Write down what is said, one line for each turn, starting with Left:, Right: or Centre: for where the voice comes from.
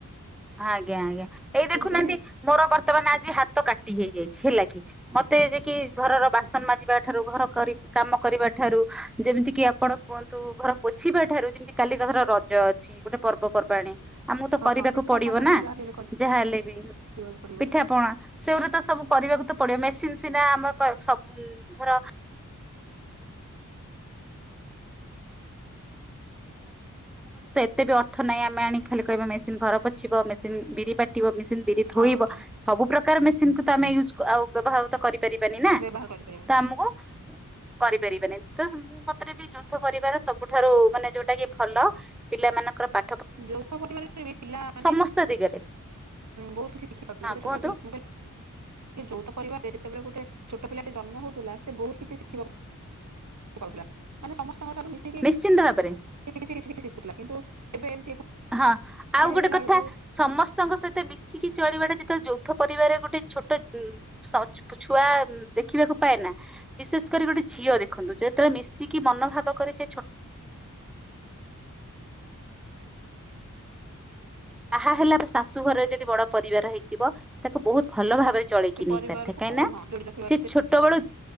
Centre: ଆଜ୍ଞା ଆଜ୍ଞା ଏଇ ଦେଖୁନାହାନ୍ତି
Right: ତେଣୁକରି
Centre: ମୋର ବର୍ତ୍ତମାନ ଆଜି ହାତ କାଟ ହେଇଯାଇଛି ହେଲା କି ମ ତେ ଯେ କିି ଘରର
Right: ଆଚ୍ଛା
Centre: ବାସନ ମାଜିବା ଠାରୁ ଘର କରି କାମ କରିବା ଠାରୁ ଯେମିତି କିି ଆପଣ କୁହନ୍ତୁ ଘର ପୋଛିବା ଠାରୁ ଯେମତି କାଲି ର ରଜ ଅଛି। ଗୋଟେ ପର୍ବପର୍ବାଣିୀ ଆମକୁ ତ
Right: ହଁ
Centre: କରିବାକୁ
Right: ପିଠା
Centre: ପଡିବ
Right: ପଣା
Centre: ନା
Right: ଯାହା ବି ହେଲେ
Centre: ଯାହା ହେଲେ ବି
Right: କରିବାକୁ ପଡିବ
Centre: ପିଠା ପଣା ସେଗୁରା ତ ସବୁ କରିବାକୁ ତ ପଡିବ ମେସିନ ସିନା ଆମ ସବୁ ଧର କେତେ ବି ଅର୍ଥ ନାହିଁ ଆମେ ଆଣି ଖାଲି କହିବା ମେସିନ ଘର ପଛିବ, ମେସିନ ବିରି ବାଟିବ ମେସିନ ବିରି ଧୋଇବ
Right: ହଁ ହଁ
Centre: ସବୁ ପ୍ରକା କାର ମେସିନକୁ ତ ଆମେ ୟୁଜ ଆଉ ବ୍ୟବ ହାଉ ତ କରିପାରିବନି ନା
Right: ବ୍ୟବହାର କରିପାରିବନି
Centre: ତ ଆମକୁ କରିପାରିବେନି ତ ମତେରେ ବି ଯୁଦ୍ଧ କରିବାର ସବୁଠାରୁ ମାନେ ଯୋଉଟା କି ଭଲ ପିଲାମାନଙ୍କର ପା
Right: ଯୌଥ ପରିବାରରେ ବି ପିଲା ମାନେ
Centre: ସମସ୍ତ ଦିଗରେ
Right: ବହୁତ କିଛି ଶିଖି ପାରୁଥିଲେ
Centre: ହଁ
Right: ଗୋଟେ ଛୋଟ
Centre: କୁହନ୍ତୁ
Right: ପିଲା ଯୌଥ ପରିବାରରେ ସେତେବେଳେ ଗୋଟେ ଛୋଟ ପିଲାଟେ ଜନ୍ମ ହଉଥିଲା ସେ ବହୁତ କିଛି ଶିଖିବାକୁ ପାଉଥିଲା। ମାନେ ସମସ୍ତେ ମିଶିକି
Centre: ନିଶ୍ଚିନ୍ତ ଭାବରେ
Right: <unintelligible> କିଛି କିଛି କିଛି ଶିଖୁଥିଲା କିନ୍ତୁ ଏବେ ଏମିତି
Centre: ଆଉ
Right: ଏକୁଟିଆ ହେଇଗଲା
Centre: ଗୋଟେ କଥା
Right: ବେଳକୁ
Centre: ସମସ୍ତଙ୍କ ସହିତ ମିଶି କି ଚଳିବାଟା ଯେତେବେଳେ ଯୌଥ ପରିବାରରେ ଗୋଟେ ଛୋଟ ସ କୁଛ ଛୁଆ ଦେଖିବାକୁ ପାଏ ନା। ବିଶେଷ କରି ଗୋଟେ ଝିଅ ଦେଖନ୍ତୁ ଯେତେବେଳେ ମିଶିକି ମନୋଭାବ କରେ ସେ ଛୋ ତାହା ହେଲା ଶାଶୁ ଘରରେ ଯଦି ବଡ ପରିବାର ହେଇଥିବ ତାକୁ ବହୁତ ଭଲ ଭାବରେ ଚଳେଇକି
Right: ସେ ପରିବାରକୁ
Centre: ନେଇ ପାରିଥେ କାହିଁ ନା
Right: ହଁ ଯୋଡି ରଖିବାକୁ
Centre: ସେ ଛୋଟ ବେଳୁ